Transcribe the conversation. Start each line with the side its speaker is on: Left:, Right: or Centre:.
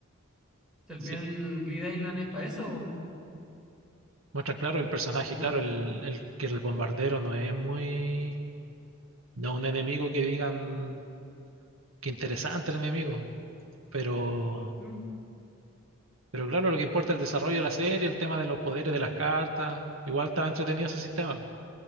Centre: Si al
Right: Sí,
Centre: final Grid Island es para eso,
Right: Muestran, claro, el personaje,
Centre: po.
Right: claro, el, el que el bombardero no es muy, no es un enemigo que digan que interesante el enemigo, pero,
Centre: Mm,
Right: pero claro, lo que importa es el desarrollo de la serie, el tema de los poderes de las cartas, igual estaba entretenido ese sistema.